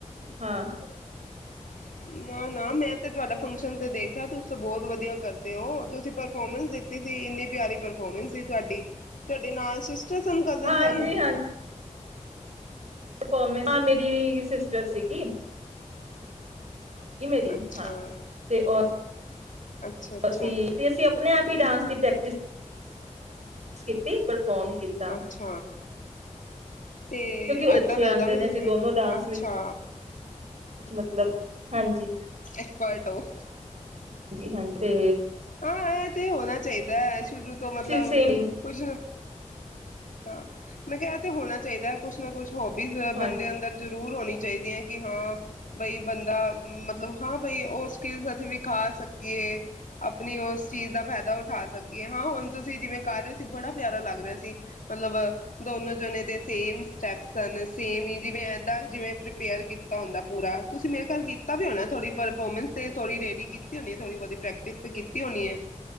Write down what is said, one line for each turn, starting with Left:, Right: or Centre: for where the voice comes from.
Right: ਹਾਂ।
Left: <inaudible> ਨਾ, ਨਾ ਮੈਂ ਤੇ ਤੁਹਾਡਾ ਫੰਕਸ਼ਨ ਤੇ ਦੇ ਖੈ ਤੁਸੀ ਤੇ ਬਹੁਤ ਵਧੀਆ ਕਰਦੇ ਔ। ਤੁਸੀ ਪਰਫੋਰਮੈਂਸ ਦਿੱਤੀ ਸੀ, ਇੰਨੀ ਪਿਆਰੀ ਪਰਫੋਰਮੈਂਸ ਸੀ ਤੁਹਾਡੀ। ਤੁਹਾਡੇ ਨਾਲ ਸਿਸਟਰ ਸਨ, ਕਜ਼ਨ
Right: ਹਾਂਜੀ
Left: ਸਨ?
Right: ਪਰਫੌਰਮੰਸ, ਹਾਂ ਮੇਰੀ ਸਿਸਟਰ ਸੀਗੀ। ਈ ਮੇਰੀ
Left: ਅੱਛਾ
Right: ਹਾਂ, ਤੇ ਉਹ
Left: ਅੱਛਾ ਅੱਛਾ
Right: ਅਸੀਂ, ਤੇ ਅਸੀਂ ਆਪਣੇ ਆਪ ਭੀ ਡਾਂਸ ਦੀ ਪ੍ਰੈਕਟਿਸ ਕੀਤੀ ਪਰ ਕਾੱਲ ਕੀਤਾ।
Left: ਅੱਛਾ ਤੇ
Right: ਕਿਉਂਕਿ ਬੱਚੇ
Left: ਏਦਾਂ ਲੱਗਦਾ
Right: ਆਉਂਦੇ
Left: ਵੇਆ
Right: ਨੇ
Left: ਜ਼ਿ
Right: ਅਸੀਂ
Left: ਜਿਵੇਂ
Right: ਦੋਨੋ ਡਾਂਸ
Left: ਅੱਛਾ
Right: ਵਿੱਚ ਮਤਲਬ ਹਾਂਜੀ।
Left: ਇੱਕ ਪਲਟੋ
Right: ਹਾਂਜੀ-ਹਾਂਜੀ ਤੇ
Left: ਹਾਂ, ਇਹ ਤੇ ਹੋਣਾ ਚਾਹੀਦਾ ਏ। ਸ਼ੁਰੂ ਤੋਂ ਮਤਲਬ
Right: ਸੇਮ
Left: ਕੁਛ ਨਾ ਹਾਂ, ਮੈਂ ਕਿਹਾ ਇਹ ਤੇ ਹੋਣਾ ਚਾਹੀਦੈ। ਕੁਛ ਨਾ ਕੁਛ ਹੋਬੀਜ਼
Right: ਹਾਂਜੀ
Left: ਬੰਦੇ ਅੰਦਰ ਜ ਦੂਰ ਹੋਣੀ ਚਾਹੀਦੀਆਂ ਹੈ। ਕਿ ਹਾਂ ਬਈ ਬੰਦਾ, ਮਤਲਬ ਹਾਂ ਬਈ ਉਹ ਸਕਿਲਸ ਅਸੀਂ ਵਿਖਾ ਸਕੀਏ। ਆਪਣੀ ਉਸ ਚੀਜ਼ ਦਾ ਫਾਇਦਾ ਉਠਾ ਸਕੀਏ। ਹਾਂ ਹੁਣ ਤੁਸੀਂ ਜਿਵੇਂ ਕਰ ਰਹੇ ਸੀ ਬੜਾ ਪਿਆਰਾ ਲੱਗ ਰਿਹਾ ਸੀ। ਮਤਲਬ ਦੋਨੋ ਜਣੇ ਦੇ ਸੇਮ ਸਟੈਪਸ ਸਨ, ਸੇਮ ਹੀ ਜਿਵੇਂ ਏਦਾਂ ਜਿਵੇਂ ਪ੍ਰੀਪੇਅਰ ਕੀਤਾ ਹੁੰਦਾ ਪੂਰਾ, ਤੁਸੀਂ ਮੇਰੇ ਖਿਆਲ ਕੀਤਾ ਵੀ ਹੋਣਾ ਥੋੜੀ ਪਰਫੋਰਮੈਂਸ ਤੇ ਥੋੜੀ ਰੇਡੀ ਕੀਤ ਕੀਤੀ ਹੋਣੀ ਏ ਥੋੜੀ ਬਹੁਤੀ ਪ੍ਰੈਕ <unintelligible> ਤੇ ਕੀਤੀ ਹੋਣੀ ਹੈ?